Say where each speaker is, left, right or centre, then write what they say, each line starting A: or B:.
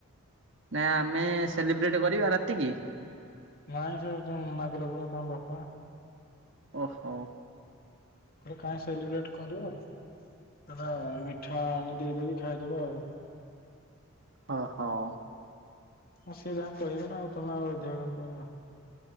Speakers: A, on the right (about 60°); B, on the left (about 45°).
A: ନା ଆମେ ସେଲିବ୍ରେଟ କରିବା ରାତି କି।
B: ନାଇଁ ସେ ତ ମନା କଲେ ପୁରା ତାଙ୍କ ବାପା।
A: ଓହୋ।
B: କହିଲି କାଇଁ ସେଲିବ୍ରେଟ କରିବ ସେଟା ମିଠା ଆଣି ଦେଇଦେବି ଖାଇଦବା ଆଉ।
A: ହ ହଉ।
B: ଆଉ ସିଏ ଯାହା କହିବ ନା ଆଉ ତମେ ଆଉ ଅଧିକ କହିବ।